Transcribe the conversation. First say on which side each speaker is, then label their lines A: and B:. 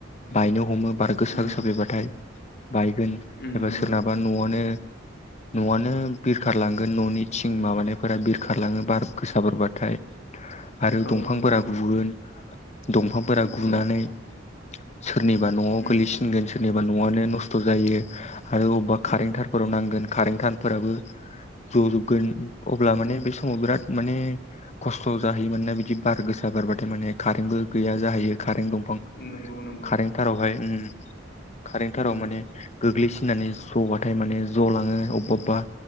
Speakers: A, on the left; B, on the left.
A: बायनो हमो बार गोसा
B: उम
A: गोसा फैबाथाय बाय गोन
B: उम
A: एबा
B: नंगौ
A: सोरनाबा
B: नंगौ
A: न'वावनो न'वानो बिरखारलांगोन न'नि थिं माबानायफोरा बिरखारलाङो बार गोसा बोरबाथाय आरो
B: औ
A: दंफांफोरा
B: नंगौ नंगौ
A: गुगोन दंफांफोरा गुनानै
B: औ
A: सोरनिबा न'वाव
B: उम
A: गोलैसिनगोन सोरनिबा न'वानो नस्थ' जायो आरो अबबा
B: उम
A: कारेन थारफोराव नांगोन कारेन थारफोराबो जजोबगोन अब्ला माने बे समाव बिराद माने खस्थ' जाहैयो मानोना बिदि बार गोसा बारबाथाय माने कारेन्टबो गैया जाहैयो कारेन्ट दंफां
B: नोंगौ नों
A: कारेन्ट थारावहाय कारेन्ट
B: नंगौ
A: थाराव
B: नंगौ
A: माने गोग्लैसिननानै जबाथाय माने ज'लाङो अबबा अबबा